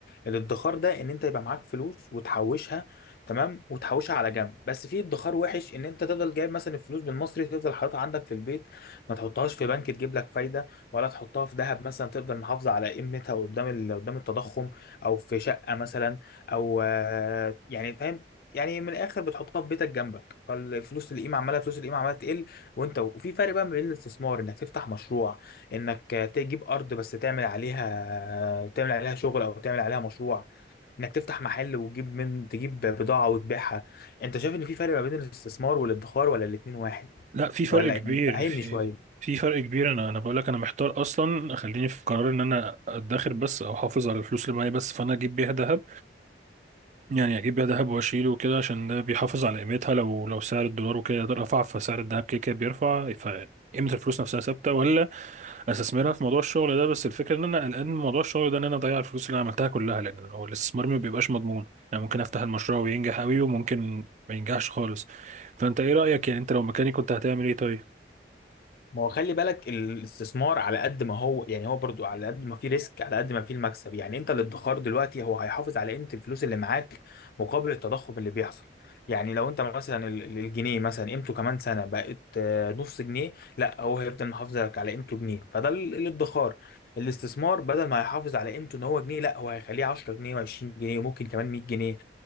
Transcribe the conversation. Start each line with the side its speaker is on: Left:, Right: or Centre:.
Left: الادخار ده ان انت يبقى معاك فلوس وتحوشها تمام وتحوشها على جنب بس في ادخار وحش ان انت تفضل جايب مثلا الفلوس بالمصري تفضل حاططها عندك في البيت ما تحطهاش في بنك تجيب لك فايده ولا تحطها في ذهب مثلا تفضل محافظه على قيمتها قدام ال... قدام التضخم او في شقه مثلا او آه، يعني فاهم يعني من الاخر بتحطها في بيتك جنبك فالفلوس القيمه عماله فلوس القيمه عماله تقل وانت وفي فرق بقى ما بين الاستثمار انك تفتح مشروع انك تجيب ارض بس تعمل عليها تعمل عليها شغل او تعمل عليها مشروع انك تفتح محل وتجيب من تجيب بضاعة وتبيعها انت شايف ان في فرق ما بين الاستثمار والادخار ولا الاتنين واحد
Right: لا في فرق
Left: ولا
Right: كبير
Left: يعني فهمني
Right: في
Left: شوية
Right: في فرق كبير انا انا بقول لك انا محتار اصلا خليني في قرار ان انا ادخر بس او احافظ على الفلوس اللي معايا بس فانا اجيب بيها ذهب يعني اجيب بيها ذهب واشيله وكده عشان ده بيحافظ على قيمتها لو لو سعر الدولار وكده رفع فسعر الذهب كده كده بيرفع فقيمة الفلوس نفسها ثابتة ولا استثمرها في موضوع الشغل ده بس الفكرة ان انا قلقان من موضوع الشغل ده ان انا اضيع الفلوس اللي انا عملتها كلها لان هو الاستثمار ما بيبقاش مضمون يعني ممكن افتح المشروع وينجح قوي وممكن ما ينجحش خالص فانت ايه رأيك يعني انت لو مكاني كنت هتعمل ايه طيب
Left: ما هو خلي بالك الاستثمار على قد ما هو يعني هو برضو على قد ما فيه ريسك على قد ما فيه المكسب يعني انت الادخار دلوقتي هو هيحافظ على قيمة الفلوس اللي معاك مقابل التضخم اللي بيحصل يعني لو انت مثلا ال- ال- الجنيه مثلا قيمته كمان سنة بقت آه، نص جنيه لا هو هيفضل محافظ لك على قيمته جنيه فده ال- الادخار الاستثمار بدل ما هيحافظ على قيمته ان هو جنيه لا هو هيخليه 10 جنيه و20 جنيه وممكن كمان 100 جنيه